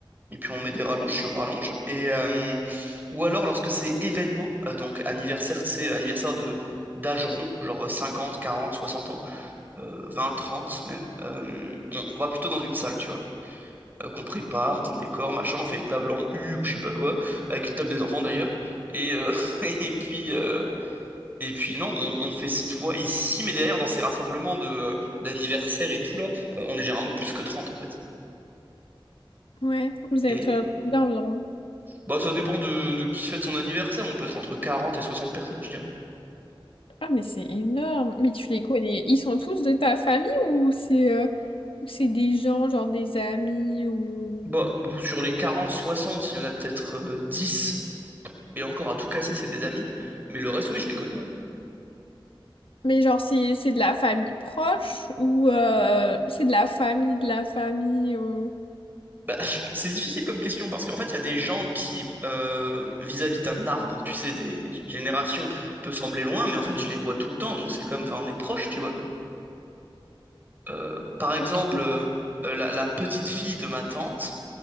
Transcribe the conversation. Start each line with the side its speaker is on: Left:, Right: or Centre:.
Right: Et puis on met des rallonges sur rallonges. Et, euh, Ou alors, lorsque c'est événement, euh, donc anniversaire, c'est anniversaire de d'âge rond, genre 50 40 60 ans, euh, 20, 30 même, euh, on on va plutôt dans une salle, tu vois. euh, qu'on prépare, qu'on décore, machin, on fait une table en U ou je sais pas quoi, avec une table des enfants d'ailleurs. Et, euh, <laughs> et puis euh, et puis non, on, on festoie ici, mais derrière dans ces rassemblements de euh, d'anniversaire et tout là, euh, on est généralement plus que 30 en fait.
Left: Ouais, vous
Right: Et
Left: êtes euh, combien environ?
Right: bah ça dépend de, de qui fête son anniversaire, on peut être entre 40 et 60 personnes, je dirais.
Left: Ah, mais c'est énorme! Mais tu les connais, ils sont tous de ta famille ou c'est euh, ou c'est des gens, genre des amis ou...
Right: Bah sur les 40 60, il y en a peut-être euh, 10 et encore à tout casser, c'est des amis, mais le reste oui, je les connais, ouais.
Left: Mais genre c'est c'est de la famille proche ou euh, c'est de la famille de la famille euh,
Right: Bah, <laughs> c'est difficile comme question parce qu'en fait, il y a des gens qui, euh, vis-à-vis d'un arbre, tu sais, des générations, peut sembler loin, mais en fait, je les vois tout le temps, donc c'est comme, enfin, on est proche, tu vois. Euh, par exemple,
Left: Ok.
Right: euh, euh, la, la petite fille de ma tante,